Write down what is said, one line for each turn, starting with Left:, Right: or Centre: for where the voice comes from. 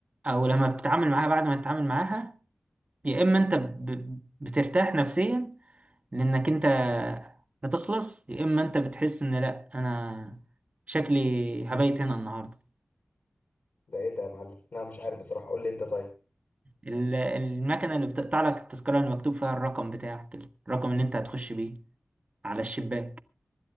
Right: او لما بتتعامل معاها بعد ما تتعامل معاها يا اما انت ب... بترتاح نفسيا لانك انت هتخلص يا اما انت بتحس ان لا انا شكلي هبيت هنا النهارده
Left: ده إيه ده يا معلم؟ لا مش عارف بصراحة قول لي أنت طيب
Right: ال- المكنه اللي بتقطع لك التذكره اللي مكتوب فيها الرقم بتاعك الرقم اللي انت هتخش بيه على الشباك